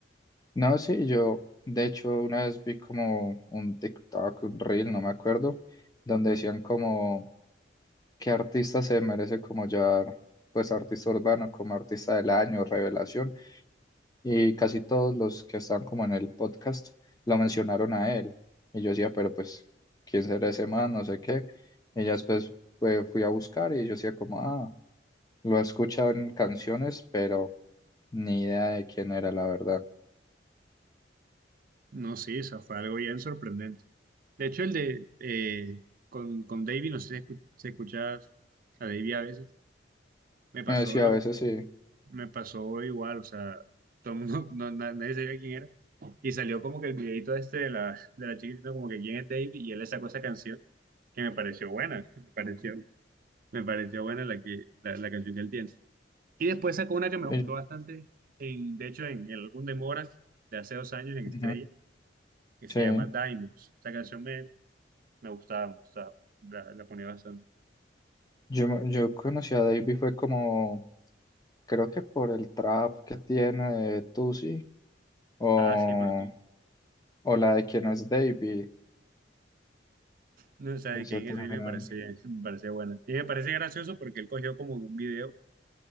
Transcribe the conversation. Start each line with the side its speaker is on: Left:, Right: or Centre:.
Left: No, sí, yo de hecho una vez vi como un TikTok, un reel, no me acuerdo, donde decían como qué artista se merece como ya, pues artista urbano, como artista del año, revelación, y casi todos los que están como en el podcast lo mencionaron a él. Y yo decía, pero pues, ¿quién será ese man? No sé qué. Y ya después pues, fui a buscar y yo decía como, ah. Lo he escuchado en canciones, pero ni idea de quién era, la verdad.
Right: No, sí, o sea, fue algo bien sorprendente. De hecho, el de eh, con, con Davey, no sé si escu- si escuchas a Davey a veces, me pasó
Left: Eh, sí, a
Right: lo,
Left: veces sí.
Right: me pasó igual, o sea, todo el mundo, <laughs> no, na- nadie sabía quién era. Y salió como que el videito este de la, de la chiquitita, como que quién es Davey, y él le sacó esa canción que me pareció buena, <laughs> me pareció. Me pareció buena la que la, la canción que él tiene. Y después sacó una que me gustó
Left: Eh,
Right: bastante, en, de hecho, en el álbum de Morat de hace dos años en
Left: ujú,
Right: Estrella, que se
Left: sí.
Right: llama Diamonds. Esa canción me, me gustaba, me gustaba, la, la ponía bastante.
Left: Yo, me- yo conocí a Davey fue como, creo que por el trap que tiene de Tusi, o,
Right: Ah, sí, pero tú
Left: o la de quién es Davey.
Right: no sabes
Left: Ese
Right: quién
Left: también.
Right: es, y me parecía, <laughs> me parecía buena. Y me parece gracioso porque él cogió como un video